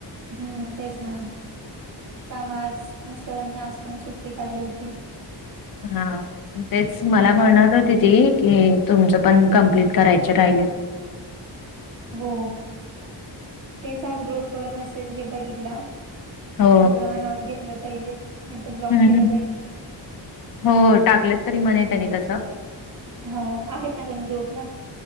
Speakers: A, on the right; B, on the left.
A: हम्म तेस ना त्यामुळे आज मिस्टरांनी आज पण सुट्टी काढली होती
B: हा तेच मला
A: हम्म
B: म्हणत होती ती की तुमचं पण कम्प्लीट करायचे राहिले
A: हो तेच आज ग्रुप वर मेसेज हे बघितला
B: हो
A: जरामा नवास घेतलं पाहिजे नाही तर ब्लॉक
B: हम्म
A: केलं जाईल
B: हो टाकलंत तरी म्हणे त्यांनी तस
A: हो आहेत ना तुम्ही ग्रुपला